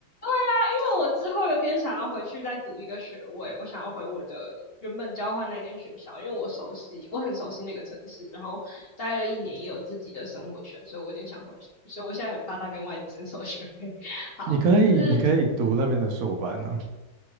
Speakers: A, on the left; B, on the right.
A: 但因为我之后有点想要回去再读一个学位，我想要回我的原本交换那间学校，因为我熟悉，我很熟悉那个城市，然后待了一年也有自己的生活圈，所以我有点想回去，所以我现在很怕他跟外籍生收学费。<laughs>
B: <laughs>
A: 好，
B: 你可以你可以读那边的硕班啊。
A: 就是